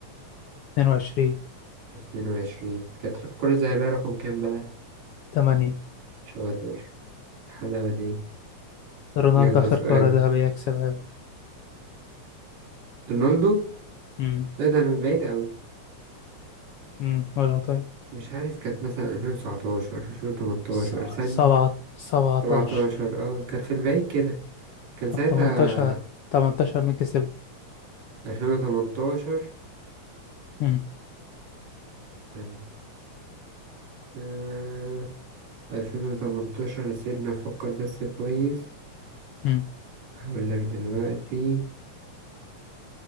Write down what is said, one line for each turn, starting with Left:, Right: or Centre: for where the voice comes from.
Left: 22
Right: 22 كانت الكره الذهبيه رقم كام بقى
Left: 8
Right: شاطر الحلاوه دي
Left: رونالدو
Right: يلا
Left: آخر
Right: سؤال
Left: كرة ذهبية يكسبها
Right: رونالدو
Left: امم
Right: ده ده من بعيد قوي
Left: امم قولها طيب
Right: مش عارف كانت مثلا 2019 2018
Left: س-
Right: سنة
Left: سبعة 17
Right: سبعتاشر اه كانت في البعيد كده كان
Left: طب
Right: ساعتها
Left: 18 18 مين كسب؟
Right: ألفين وتمنتاشر
Left: امم
Right: استنى آه... ألفين وتمنتاشر سيبنا نفكر بس كويس
Left: امم
Right: هقول لك دلوقتي